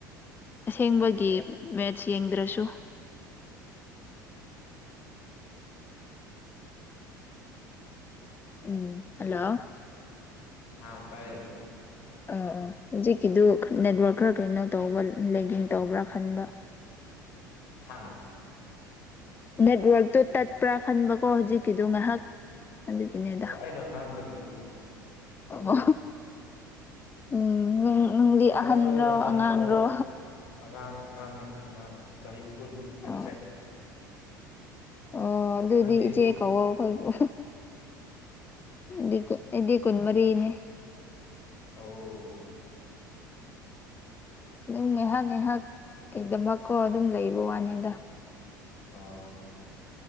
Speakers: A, on the left (about 20°); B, on the left (about 50°).
A: ꯑꯁꯦꯡꯕꯒꯤ ꯃꯦꯠꯁ ꯌꯦꯡꯗ꯭ꯔꯁꯨ
B: <inaudible>
A: ꯎꯝ ꯍꯜꯂꯣ
B: ꯑꯥꯡ ꯇꯥꯏꯌꯦ
A: ꯑꯥ ꯑꯥ ꯍꯧꯖꯤꯛꯀꯤꯗꯨ ꯈ ꯅꯦꯠꯋꯥ꯭ꯔꯛ ꯈꯔ ꯀꯩꯅꯣ ꯇꯧꯕ ꯂ ꯂꯦꯡꯒꯤꯡ ꯇꯧꯕ꯭ꯔꯥ ꯈꯟꯕꯥ
B: ꯍꯥꯥ
A: ꯅꯦꯠꯋꯔ꯭ꯛꯇꯨ ꯇꯠꯄ꯭ꯔꯥ ꯈꯟꯕꯀꯣ ꯍꯧꯖꯤꯛꯀꯤꯗꯨ ꯉꯥꯍꯥꯛ ꯑꯗꯨꯒꯤꯅꯦꯗꯥ
B: ꯑꯣ ꯑꯩꯅ ꯉꯥꯡꯗꯕꯒꯤꯅꯤ ꯇꯠꯇꯦ
A: ꯑ‌ꯣ ꯎꯝ ꯅꯨꯡ ꯅꯨꯡꯗꯤ
B: ꯏꯁꯇꯦꯇꯥꯁ
A: ꯑꯥꯍꯟꯔꯣ
B: ꯑꯣꯏꯅ
A: ꯑꯉꯥꯡꯔꯣ
B: ꯂꯣꯏ ꯑꯉꯥꯡ ꯑꯉꯥꯡꯅꯤ ꯑꯉꯥꯡ ꯆꯍꯤ ꯀꯨꯟ ꯑꯦꯛꯖꯦꯛ
A: ꯑꯣ ꯑꯣ ꯑꯗꯨꯗꯤ
B: ꯅꯪꯗꯤ
A: ꯏꯆꯦ ꯀꯧꯋꯣ ꯑꯈ‌ꯣꯏꯕꯨ ꯗꯤꯀꯨꯠ ꯑꯩꯗꯤ ꯀꯨꯟꯃꯔꯤꯅꯦ
B: ꯑꯣ
A: ꯑꯗꯨꯝ ꯉꯥꯏꯍꯥꯛ ꯉꯥꯏꯍꯥꯛ ꯀꯩꯗꯃꯛꯀꯣ ꯑꯗꯨꯝ ꯂꯩꯕ ꯋꯥꯅꯤꯗ
B: ꯑꯥ